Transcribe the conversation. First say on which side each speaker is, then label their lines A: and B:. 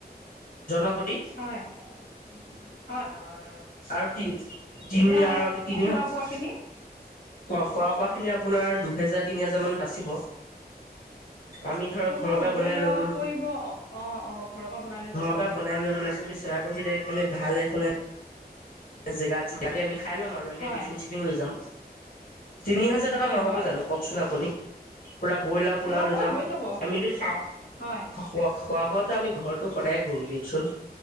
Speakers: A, on the left; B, on the left.
A: জনপতি।
B: হয় <inaudible>
A: <unintelligible> আৰু কি
B: এতিয়া খোৱা
A: <unintelligible>
B: বোৱাখিনি
A: খ খোৱা বোৱা খিনি আপোনাৰ দুহেজাৰ তিনি হেজাৰ মান বাচিব। আমি ধৰ
B: খোৱা
A: ঘৰৰ
B: বোৱা
A: পৰা
B: হোটেলত
A: বনাই লৈ গ'লো,
B: কৰিব অ অ ঘৰৰ পৰা বনাই লৈ যাব
A: ঘৰৰ পৰা বনাই লৈ গ'লো আমি আপোন যেতিয়া খনে ভাল এখনে। জেগাতে আমি খাই ল'ম আৰু।
B: হয়
A: টিফিন চফিন লৈ যাম। তিনি হাজাৰ টকা
B: হয়
A: নহ'ব
B: হয়
A: জানো কওকচোন আপুনি? পুৰা ব্ৰইলাৰ, পোলাও
B: খোৱা
A: লৈ
B: বোৱা
A: যাম,
B: হৈ যাব
A: আমিতো খাওঁ
B: হয়
A: খোৱা বোৱাত আমি ঘৰটো সদায় কৰো দিয়কচোন,